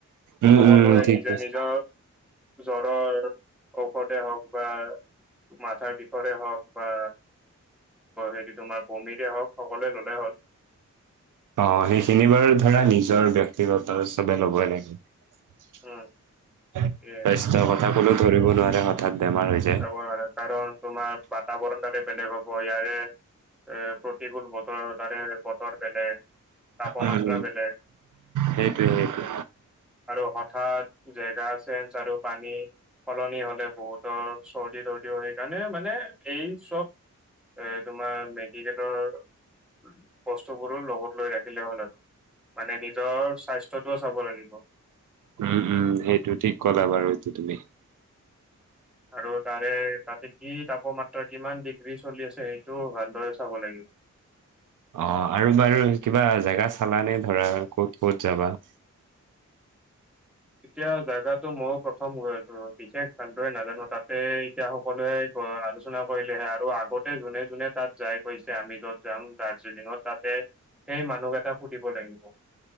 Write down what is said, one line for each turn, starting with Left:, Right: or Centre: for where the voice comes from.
Right: উম
Centre: সকলোৱে
Right: উম ঠিক
Centre: নিজৰ
Right: কৈছে।
Centre: নিজৰ- জ্বৰৰ ঔষধে হওক বা মাথাৰ বিষ ৰে হওক বা হেৰি তোমাৰ বমিৰে হওক সকলোৱে ল'লে হ'ল।
Right: অঁ' সেইখিনি বাৰু ধৰা নিজৰ ব্যক্তিগত চবে ল'বই লাগে। স্বাস্থ্য
Centre: উম এ
Right: কথা কোনেও ধৰিব নোৱাৰে হঠাৎ বেমাৰ হৈ যায়।
Centre: ল'ব লাগে কাৰণ তোমাৰ বাতাবৰণ তাতে বেলেগ হ'ব, ইয়াৰে এ প্ৰতিকূল বতৰ- তোৰ তাৰে বতৰ বেলেগ, তাপমাত্ৰা
Right: উম
Centre: বেলেগ-
Right: সেইটোৱে সেইটোৱে
Centre: আৰু হঠাৎ জেগা চেঞ্জ আৰু পানী- সলনি হ'লে বহুতৰ চৰ্দি তৰ্দিও সেইকাৰণে মানে এই চ'ব- এ তোমাৰ মেডিকেলৰ- বস্তুবোৰো লগত লৈ ৰাখিলে হ'ল আৰু। মানে নিজৰ স্বাস্থ্যটোও চাব লাগিব।
Right: উমঁ' উমঁ' সেইটো ঠিক ক'লা বাৰু এইটো তুমি।
Centre: আৰু তাৰে তাতে কি তাপমাত্ৰা কিমান ডিগ্ৰী চলি আছে সেইটো ভালদৰে চাব লাগিব।
Right: অঁ' আৰু বাৰু কিবা জেগা চালানে ধৰা ক'ত ক'ত যাবা?
Centre: এতিয়া জাগাটো মই প্ৰথম গৈ আছোঁ, বিশেষ ভালদৰে নাজানো, তাতে এতিয়া- সকলোৱে আলোচনা কৰিলেহে আৰু আগতে যোনে যোনে তাত যাই পাইছে আমি য'ত যাম দাৰ্জিলিঙত- তাতে সেই মানুহ কেইটাক সুধিব লাগিব।